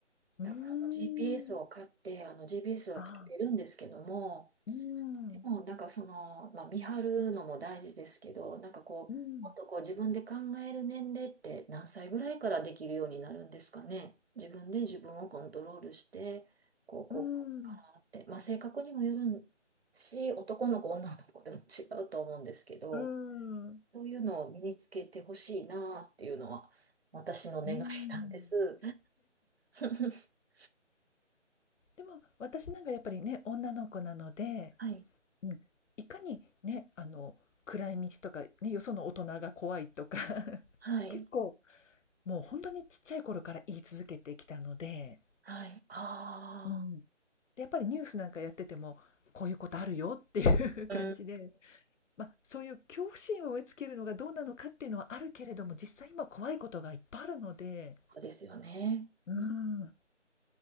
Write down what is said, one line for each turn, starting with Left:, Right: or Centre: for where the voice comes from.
Left: うーん。
Right: だからあの GPS を買って、あの GPS はつけてるんですけども、
Left: ああ、うーん。
Right: でもなんかその、まあ、見張るのも大事ですけど、なんかこう、
Left: うん。
Right: もっとこう自分で考える年齢って何歳ぐらいからできるようになるんですかね。自分で自分をコントロールして、こう、こう、
Left: うーん。
Right: こうだからって、まあ、性格にもよるし、男の子、女の子でも違うと思うんですけど、
Left: うーん。う
Right: そういうのを身につけてほしいなっていうのは私の願いなんです。
Left: ーん。
Right: <laughs>
Left: でも、私なんかやっぱりね、女の子なので、
Right: はい。
Left: うん、いかにね、あの、暗い道とか、ね、よその大人が怖いとか、<laughs>
Right: はい。
Left: 結構もう本当にちっちゃい頃から言い続けてきたので、
Right: はい。あ
Left: うん。で、やっぱりニュースなんかやってても、こういうことあるよっていう
Right: あ。
Left: <laughs> 感じで
Right: うん。うん
Left: まあ、そういう恐怖心を植え付けるのがどうなのかっていうのはあるけれども、実際今怖いことがいっぱいあるので、
Right: そうですよね。
Left: うん、
Right: うん